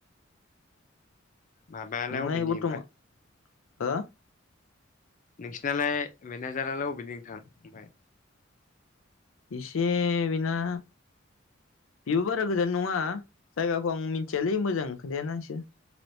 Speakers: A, on the left (about 40°); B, on the left (about 80°).
A: माबायालाय
B: नोंलाय
A: अबेनि
B: बर्थमान
A: ओमफ्राय
B: हो
A: नोंसिनालाय मेनाजारालाय बबेनि नोंथां ओमफ्राय
B: इसेे बिना बेबो बारा गोजान नङा जायगाखौ आं मिथियाालै मोजां खोनथायाना इसोर